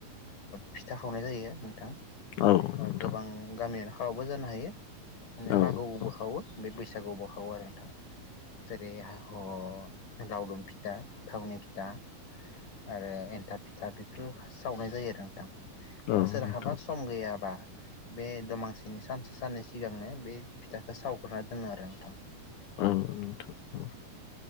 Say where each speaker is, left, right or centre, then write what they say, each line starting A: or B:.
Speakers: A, on the left; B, on the left.
A: फिथा ओ खावनाय जायो नोंथां।
B: औ
A: ओ
B: नोंथां
A: गोबां गामियानो। आवबो जानो हायो। जोंनिया
B: औ
A: मागोबो
B: औ
A: खावो बे बैसागु गोआवबो खावो आरो नोंथां। जेरै हा ह लावदुम फिथा थावनि फिथा आरो एन्थाब फिथा बेफोर सावनाय जायो आरो नोंथां। आरो
B: औ
A: सोरहाबा
B: नोंथां
A: सम गैयाबा। बे दमांसिनि सानसे साननैसो सिगांनो बे फिथाखौ सावग्रोनना दोनो आरो नोंथां।
B: ओम नोंथां ओम।